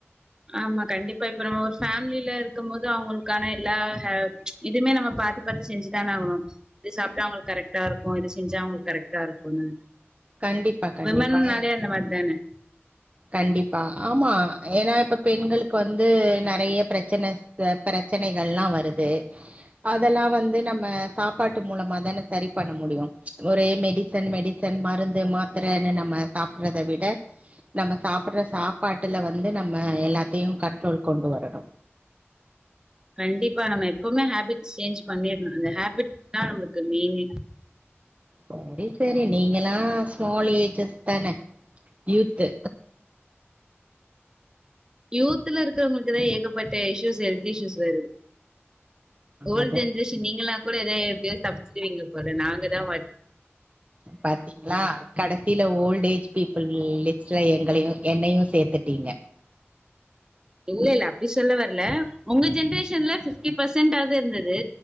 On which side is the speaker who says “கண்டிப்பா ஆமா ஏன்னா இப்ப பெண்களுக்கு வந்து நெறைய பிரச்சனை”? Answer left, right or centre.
Right